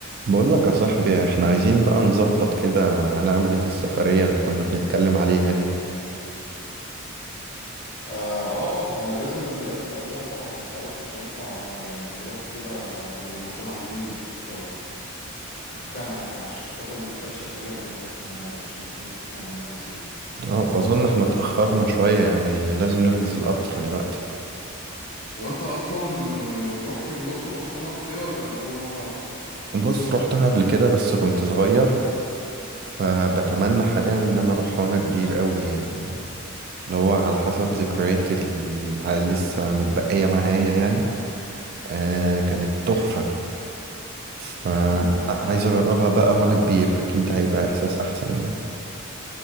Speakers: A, on the right; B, on the left.
A: بقول لك يا صاحبي احنا عايزين بقى نظبط كده هنعمل ايه في السفرية اللي كنا بنتكلم عليها دي
B: اه آه، ما احنا لازم نرتب قبلها طبعا انت عارف مش هينفع آه، نروح كده غير لما نكون عاملين خطة محكمة يعني عشان خاطر ما نحتاجش الحاجة هناك واحنا مش عارفين احنا هنعملها ازاي
A: اه اظن احنا اتأخرنا شوية يعني لازم نحجز القطر دلوقتي
B: وانت اصلا آه، رحت الأقصر وأسوان قبل كده ولا أول مرة هتروح؟
A: بص روحتها قبل كده بس كنت صغير فبتمنى حاليا ان انا اروحها وانا كبير قوي يعني اللي هو على حسب ذكرياتي اللي لسه متبقية معايا يعني آه كانت تحفة فعايز
B: امم
A: اجربها بقى وانا كبير اكيد هيبقى احساس احسن يعني